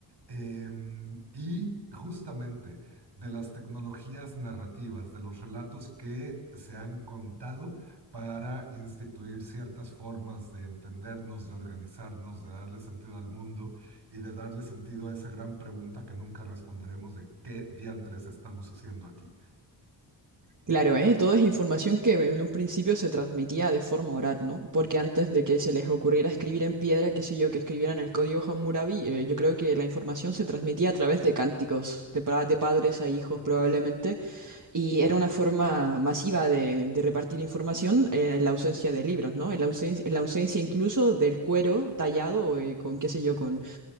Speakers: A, on the right (about 65°); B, on the right (about 40°).
A: Em, y justamente de las tecnologías narrativas, de los relatos que se han contado para instituir ciertas formas de entendernos, de organizarnos, de darle sentido al mundo y de darle sentido a esa gran pregunta que nunca responderemos de qué diantres estamos haciendo aquí.
B: Claro, ¿eh? Todo es información que en un principio se transmitía de forma oral, ¿no? Porque antes de que se les ocurriera escribir en piedra, qué sé yo, que escribieran el código Hammurabi, eh, yo creo que la información se transmitía a través de cánticos, de, pa- de padres a hijos probablemente, y era una forma masiva de, de repartir información eh, en la ausencia de libros, ¿no? En la ausencia, en la ausencia incluso del cuero tallado eh, con, qué sé yo, con,